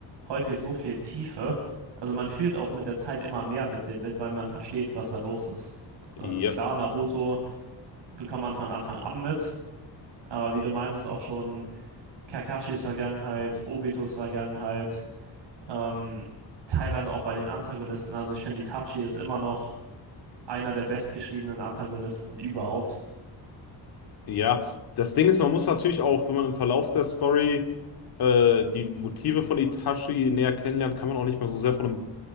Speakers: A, on the right; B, on the left.
A: häufig so viel Tiefe. Also man fühlt auch mit der Zeit immer mehr mit denen mit, weil man versteht, was da los ist.
B: Ja.
A: Äh, klar, Naruto bekommt man von Anfang an mit. Aber wie du meinst, ist auch schon Kakashis Vergangenheit, Obitos Vergangenheit, ähm, teilweise auch bei den Antagonisten. Also ich finde, Itachi ist immer noch einer der bestgeschriebenen Antagonisten überhaupt.
B: Ja, das Ding ist, man muss natürlich auch, wenn man im Verlauf der Story äh, die Motive von Itachi näher kennenlernt, kann man auch nicht mehr so sehr von einem